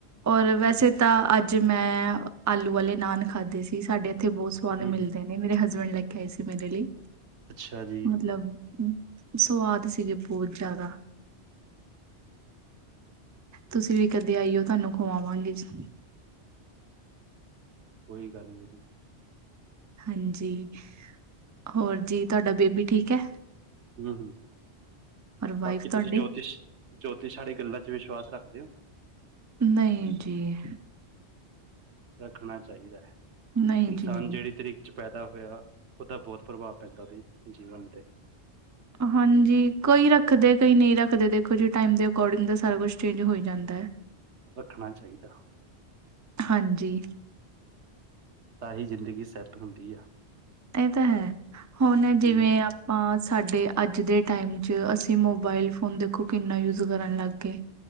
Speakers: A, on the right (about 20°); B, on the right (about 85°).
A: ਔਰ ਵੈਸੇ ਤਾਂ, ਅੱਜ ਮੈਂ, ਆਲੂ ਵਾਲੇ ਨਾਨ। ਖਾਧੇ ਸੀ, ਸਾਡੇ ਇੱਥੇ ਬਹੁਤ ਸਵਾਦ
B: ਹੂੰ
A: ਮਿਲਦੇ
B: ਹੂੰ
A: ਨੇ, ਮੇਰੇ ਹਸਬੈਂਡ ਲੈ ਕੇ ਆਏ ਸੀ ਮੇਰੇ ਲਈ।
B: ਅੱਛਾ ਜੀ
A: ਮਤਲਬ, ਸਵਾਦ ਸੀ ਗੇ, ਬਹੁਤ ਜ਼ਿਆਦਾ। ਤੁਸੀਂ ਵੀ ਕਦੇ ਆਈਓ, ਤੁਹਾਨੂੰ ਖਵਾਵਾਂਗੇ ਜੀ।
B: ਕੋਈ ਗੱਲ ਨਹੀਂ ਜੀ।
A: ਹਾਂਜੀ, ਹੋਰ ਜੀ, ਤੁਹਾਡਾ ਬੇਬੀ ਠੀਕ ਹੈ।
B: ਹਮ ਹ,
A: ਔਰ
B: ਬਾਕੀ
A: ਵਾਈਫ ਤੁਹਾਡੇ
B: ਤੁਸੀਂ ਜੋਤਿਸ਼, ਜੋਤਿਸ਼ ਆਲੀ ਗੱਲਾਂ ਵਿੱਚ ਵਿਸ਼ਵਾਸ ਰੱਖਦੇ ਹੋ।
A: ਨਹੀਂ ਜੀ।
B: ਰੱਖਣਾ ਚਾਹੀਦਾ ਹੈ,
A: ਨਹੀਂ
B: ਇਨਸਾਨ
A: ਜੀ ਨਹੀਂ
B: ਜਿਹੜੀ ਤਰੀਕੇ। ਪੈਦਾ ਹੋਇਆ, ਉਹਦਾ ਬਹੁਤ ਪ੍ਰਭਾਵ ਪੈਂਦਾ, ਉਹਦੇ ਜੀਵਨ 'ਤੇ।
A: ਹਾਂਜੀ, ਕੋਈ ਰੱਖਦੇ, ਕਈ ਨਹੀਂ ਰੱਖਦੇ, ਦੇਖੋ ਜੀ ਟਾਈਮ ਦੇ ਅਕੋਰਡਿੰਗ ਤਾਂ ਸਾਰਾ ਕੁਛ ਚੇਂਜ ਹੋਈ ਜਾਂਦੈ।
B: ਰੱਖਣਾ ਚਾਹੀਦਾ।
A: ਹਾਂਜੀ।
B: ਤਾਂ ਹੀ ਜ਼ਿੰਦਗੀ ਸੈੱਟ ਹੁੰਦੀ ਆ।
A: ਇਹ ਤਾਂ ਹੈ, ਹੁਣ ਜਿਵੇਂ
B: ਹਮ
A: ਹਾਂ ਸਾਡੇ ਅੱਜ ਦੇ ਟਾਈਮ 'ਚ, ਅਸੀਂ ਮੋਬਾਇਲ ਫੋਨ ਦੇਖੋ, ਕਿੰਨਾ ਯੂਜ ਕਰਨ ਲੱਗ ਗਏ।